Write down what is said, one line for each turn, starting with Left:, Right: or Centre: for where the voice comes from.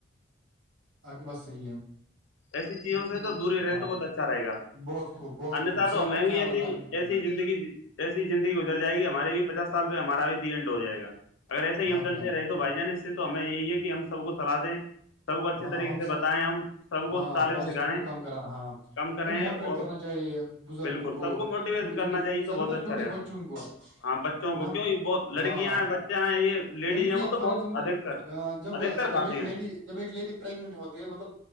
Right: آ کے بس صحیح ہے
Left: ایسی
Right: ہم،
Left: چیزوں سے تو دوری رہیں
Right: ہاں
Left: تو بہت اچھا رہےا
Right: بہت خوب بہت
Left: انت
Right: خوب صحت
Left: تو ہمیں
Right: کا
Left: بھی
Right: خیال
Left: ایسے
Right: رکھنا
Left: ہی
Right: ضروری
Left: ایسیے
Right: ہے
Left: ہی زندگی ایسی ہی زندگی گزر جائے گی ہمارے بھی پچس سال پہ ہمارا دی اینڈ ہو جائےا اگر ایسے ہی
Right: ہاں
Left: ہم چلتے
Right: جی ہاں جی
Left: رہتے تو بھائی جان اس سے تو ہمیں یہی ہے کہ ہم سب کو سلاح دیں سب کو اچھے
Right: ہاں
Left: طریقے
Right: ہم
Left: سے
Right: سل
Left: بتائیں ہم
Right: ہاں
Left: کو تالب
Right: فاسٹ
Left: سکھائیں
Right: فوڈ کو کم کرا ہاں ہمیں
Left: کم کریں
Right: موٹیویٹ
Left: اور
Right: کرنا چاہیے بزرگوں
Left: بالکل سب کو موٹو
Right: چھوٹے
Left: کرنا
Right: چھوٹے
Left: چاہیے
Right: زیادہ
Left: تو بہت
Right: تر
Left: اچھا
Right: چھوٹے
Left: رہا
Right: بچوں کو ہے
Left: ہاں بچوں کو
Right: نا
Left: کیوں یہ بہت لڑکیاں
Right: ہاں
Left: ہیں بچے ہیں یہ لیڈیز
Right: لڑکیاں
Left: ہیں وہ تو
Right: فار ایگزامپل
Left: بہت ادھ ر
Right: جب
Left: ادھکتر کھاتے
Right: جب ایک لیڈی
Left: ہیں
Right: جب ایک لیڈی پریگنٹ ہوتی ہے مطلب